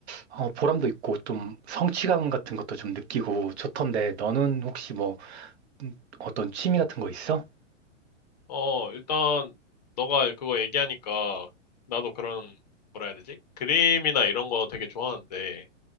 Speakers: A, on the right; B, on the left.
A: 어, 보람도 있고 좀 성취감 같은 것도 좀 느끼고 좋던데 너는 혹시 뭐 음, 어떤 취미 같은 거 있어?
B: 어, 일단 너가 그거 얘기하니까 나도 그런 뭐라 해야 되지? 그림이나 이런 거 되게 좋아하는데